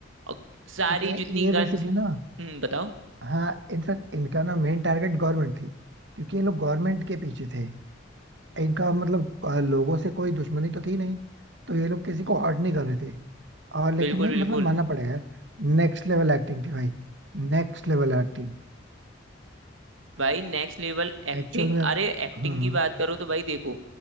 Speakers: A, on the right; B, on the right.
A: और सारी
B: ये
A: जितनी
B: ये
A: गन्स
B: बेसिकली ना
A: बताओ
B: हाँ इनफैक्ट इनका ना मेन टारगेट गवर्नमेंट थी क्योंकि ये लोग गवर्नमेंट के पीछे थे इनका मतलब अ, लोगों से कोई दुश्मनी तो थी नहीं तो ये लोग किसी को हर्ट नहीं कर रहे थे और लेकिन
A: बिल्कुल
B: भाई
A: बिल्कुल
B: मतलब मानना पड़ेगा यार नेक्स्ट लेवल एक्टिंग थी भाई Next level acting
A: भाई नेक्स्ट लेवल एक्टिंग
B: एक्चुअल में
A: अरे एक्टिंग
B: हाँ
A: की बात करो तो भाई देखो